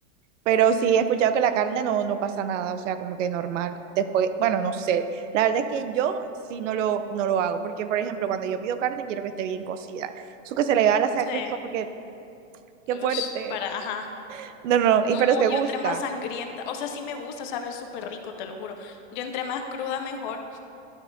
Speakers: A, on the right; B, on the left.
A: pero sí he escuchado que la carne no, no pasa nada, o sea, como que normal. Después, bueno, no sé. La verdad es que yo sí no lo, no lo hago, porque por ejemplo, cuando yo pido carne quiero que esté bien cocida. Eso que se le va a la sangre
B: Sí.
A: es como que, qué
B: Ush,
A: fuerte.
B: para, ajá.
A: No, no,
B: No,
A: y pero te
B: yo
A: gusta.
B: entre más sangrienta, o sea, sí me gusta saber súper rico, te lo juro. Yo entre más cruda, mejor.